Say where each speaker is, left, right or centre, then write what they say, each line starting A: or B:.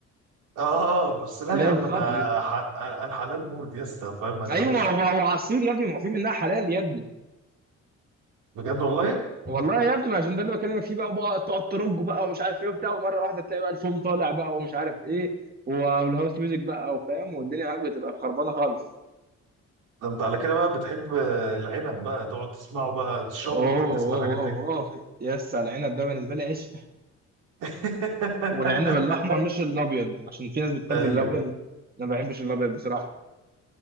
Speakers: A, on the right; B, on the right.
A: اه بس لا
B: اللي هي
A: يا عم
B: الخضر
A: انا
B: دي.
A: ح... انا حلال مود يا اسطى فاهم انا
B: ايوه
A: ماليش
B: ما
A: فيه
B: هو ما هو عصير يا ابني ما هو في منها حلال يا ابني
A: بجد والله
B: والله يا ابني ما عشان ده اللي بكلمك فيه بقى وبقى تقعد ترج بقى ومش عارف ايه وبتاع ومره واحده تلاقي بقى الفوم طالع بقى ومش عارف ايه و- والهاوس ميوزك بقى وفاهم والدنيا معاك بتبقى خربانه خالص
A: ده انت على كده بقى بتحب العنب بقى تقعد تسمعه بقى تشربه
B: اوه
A: وانت بتسمع
B: اوه
A: الحاجات دي
B: اوه اوه يس على العنب ده بالنسبه لي عشق
A: <laughs>
B: والعنب الاحمر مش الابيض عشان في ناس بتحب
A: ايوه
B: الابيض انا ما بحبش الابيض بصراحه